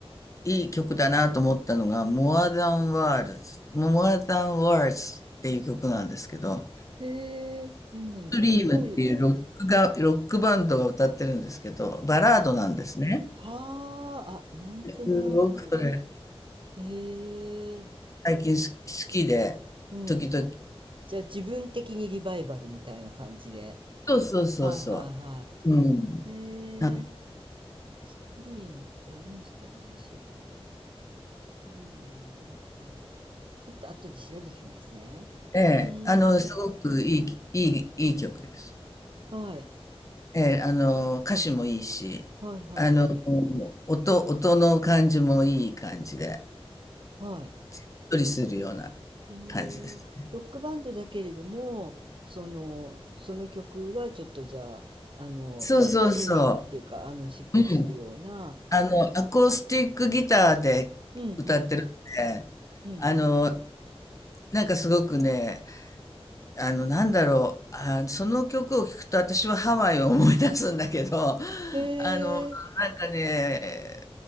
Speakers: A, on the left; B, on the right.
A: いい曲だなと思ったのが、More Than Words、More Than Words っていう曲なんですけど、
B: へえ、どんなんだろう。
A: ストリームっていうロックが、
B: どういう、
A: ロックバンドが歌ってるんですけど、バラードなんですね。
B: はあ、あ、なんとなく。
A: すごくそれ、
B: へえ、
A: 最近す好きで、
B: うん。
A: 時々。
B: じゃ、じゃあ自分的にリバイバルみたいな感じで。
A: そうそうそうそう。
B: はいはいは
A: うん。
B: い。えー、
A: な
B: スクリームってありましたよね、そういえばね。スクリームのワードローブちょっと後で調べてみますね。
A: えあの、
B: うーん、
A: すごくいい、
B: え、
A: いい、いい曲です。
B: はい、
A: ええ、あの、歌詞もいいし、
B: はいはい、
A: あの、音、音の感じもいい感じで。
B: はい。
A: っとりするような
B: えー、
A: 感じです。
B: ロックバンドだけれども、その、その曲はちょっとじゃあ、あの、
A: そうそうそ
B: し、しんみりっていうか、あの、しっくりするような、
A: う。うん。あの、アコースティックギターで歌ってるん
B: うんうん、
A: で、
B: うん。
A: あの、なんかすごくね、あの、なんだろう、あ、その曲を聴くと私はハワイを思い出すんだけど、
B: へ
A: あの、
B: え。
A: なんかね、